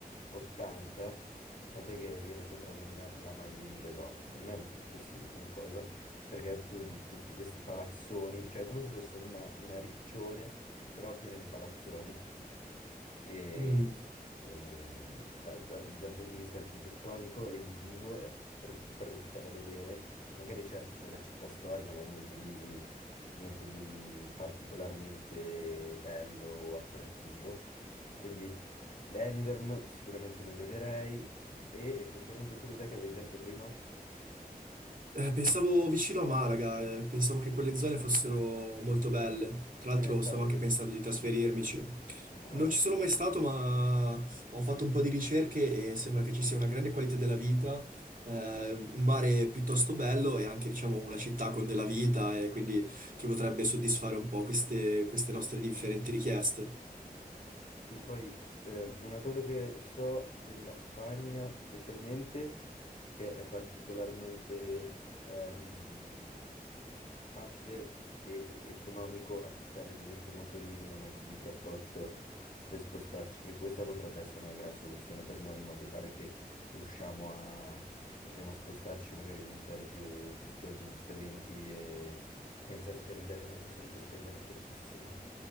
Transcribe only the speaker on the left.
80, tant'è che viene soprannominata la Miami d'Europa. Secondo me è un po' eccessivo come cosa, perché tu vedi tutti questi palazzoni, cioè è come se fosse una, una riccione, però piena di palazzoni e,
e, beh, da- dal punto di vista architettonico e visivo è proprio brutta da vedere. Magari certo c'è la città storica, ma niente di, niente di particolarmente bello o attrattivo. Quindi Benidorm sicuramente lo leverei. E effettivamente tu cos'è che avevi detto prima?
Sei
mai stato
lì?
Ah.
Sì, poi s- ehm, una cosa che so della Spagna specialmente, che è particolarmente ehm, facile e, e economico affittare ad esempio motorini o mezzi di trasporto per spostarci, che questa potrebbe essere una gran soluzione per noi in modo tale che riusciamo a, riusciamo a spostarci, magari visitare più, più spiagge differenti e senza spendere, senza spendere troppissimo.